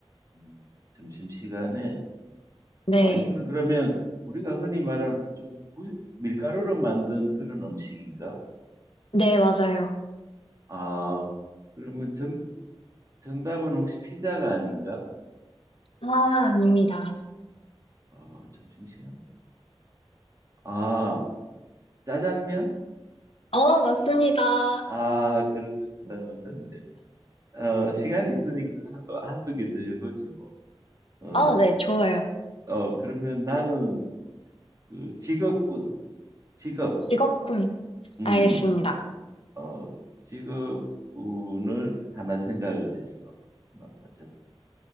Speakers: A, on the right; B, on the left.
A: 음, 점심시간에,
B: 네,
A: 아, 이거는 그러면 우리가 흔히 말하는 좀 부- 밀가루로 만든 그런 음식인가?
B: 네, 맞아요.
A: 아, 그러면 정, 정답은 혹시 피자가 아닌가?
B: 아, 아닙니다.
A: 아, 점심시간. 아, 짜장면?
B: 어, 맞습니다.
A: 아, 그러면 잘 맞췄네. 어, 시간이 있으니까 한- 한두 개 더 해보지 뭐. 어,
B: 아, 네, 좋아요.
A: 어, 그러면 나는 그 직업군, 직업,
B: 직업군.
A: 음,
B: 알겠습니다.
A: 어, 직업군을 하나 생각을 했어. 하나 맞춰